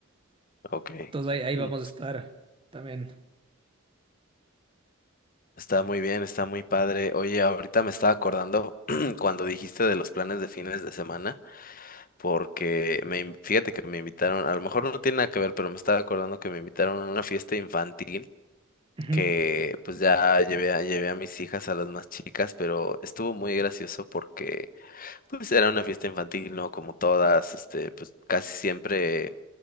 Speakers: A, on the left (about 45°); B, on the right (about 25°).
A: ok.
B: Entonces ahí, ahí vamos
A: Mm,
B: a estar también.
A: Está muy bien, está muy padre. Oye, ahorita me estaba acordando <clears throat> cuando dijiste de los planes de fines de semana, porque me, in- fíjate que me invitaron, a lo mejor no tiene nada que ver, pero me estaba acordando que me invitaron a una fiesta infantil
B: Ujú,
A: que pues ya llevé a, llevé a mis hijas, a las más chicas, pero estuvo muy gracioso porque Pues era una fiesta infantil, ¿no? Como todas, este, pues casi siempre